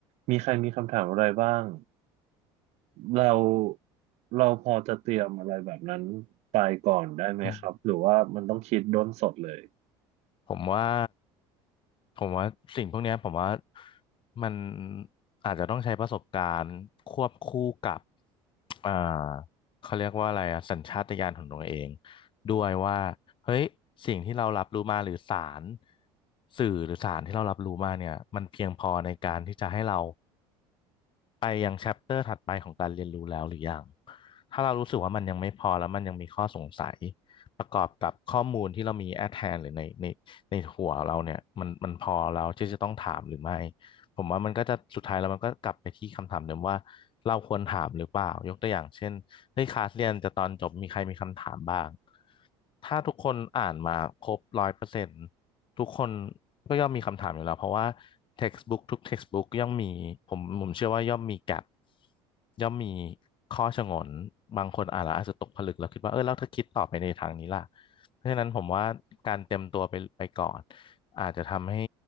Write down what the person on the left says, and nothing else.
อืม ผมว่าผมว่าสิ่งพวกเนี้ยผมว่ามันอาจจะต้องใช้ประสบการณ์ควบคู่กับ อ่าเขาเรียกว่าอะไรอะสัญชาตญาณของตัวเองด้วยว่าเฮ้ยสิ่งที่เรารับรู้มาหรือสารสื่อหรือสารที่เรารับรู้มาเนี่ยมันเพียงพอในการที่จะให้เราไปยังแชปเตอร์ถัดไปของการเรียนรู้แล้วหรือยังถ้าเรารู้สึกว่ามันยังไม่พอแล้วมันยังมีข้อสงสัยประกอบกับข้อมูลที่เรามีแอทแทนหรือในในในหัวเราเนี่ยมันมันพอเราที่จะต้องถามหรือไม่ ผมว่ามันก็จะสุดท้ายแล้วมันก็กลับไปที่คำถามเดิมว่าเราควรถามหรือเปล่ายกตัวอย่างเช่นเฮ้ยคลาสเรียนจะตอนจบมีใครมีคำถามบ้างถ้าทุกคนอ่านมาครบร้อยเปอร์เซ็นต์ทุกคนก็ย่อมมีคำถามอยู่แล้วเพราะว่า textbook ทุก textbook ย่อมมีผมผมเชื่อว่าย่อมมี gap ย่อมมีข้อฉงนบางคนอ่านแล้วอาจจะตกผลึกแล้วคิดว่าเออแล้วถ้าคิดต่อไปในทางนี้ล่ะเพราะฉะนั้นผมว่าการเตรียมตัวไปไปก่อนอาจจะทำให้